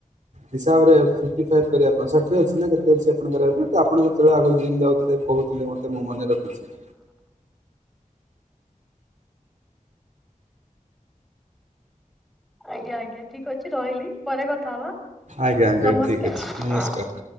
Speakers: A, on the right; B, in the centre.
A: ହିସାବରେ <unintelligible> ଷାଠିଏ ଅଛି ନା କେତେ ଅଛି ଆପଣଙ୍କର ଏବେ ତ ଆପଣ ଯେତୋବୋଳେ ଆଗୁରୁ ଜିମ୍ ଯାଉଥିଲେ କୋହୁଥୁଲେ ମତେ ମୁଁ ମନେ ରଖିଛି।
B: ଆଜ୍ଞା ଆଜ୍ଞା ଠିକ ଅଛି ରହିଲି ପରେ କଥା ହବା
A: ଆଜ୍ଞା ଆଜ୍ଞା
B: ନମସ୍କାର।
A: ଠିକ୍ ଅଛି ନମସ୍କାର।